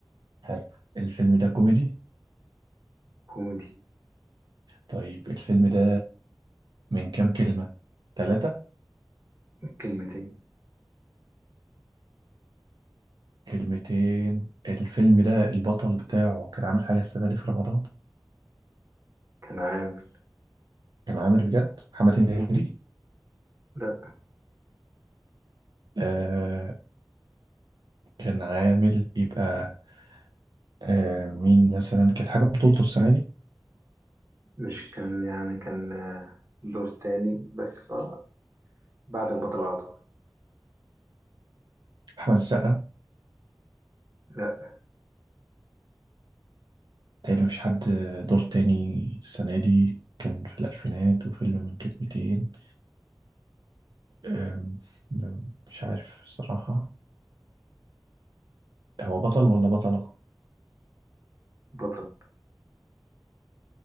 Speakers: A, on the right; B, on the right.
A: حلو الفيلم ده كوميدي
B: كوميدي
A: طيب الفيلم ده من كام كلمة ثلاثة
B: كلمتين
A: كلمتين الفيلم ده البطل بتاعه كان عامل حاجة السنة دي في رمضان
B: كان عامل
A: كان عامل بجد محمد هنيدي
B: لا
A: آه كان عامل يبقى آه مين مثلا كانت حاجة بطولته السنة دي
B: مش كان يعني كان آه، دور تاني بس ف- بعد البطل على طول
A: أحمد السقا
B: لا
A: تقريبا مفيش حد دور تاني السنة دي كان في الألفينات وفيلم من كلمتين أم، أم، مش عارف الصراحة هو بطل ولا بطلة؟
B: بطل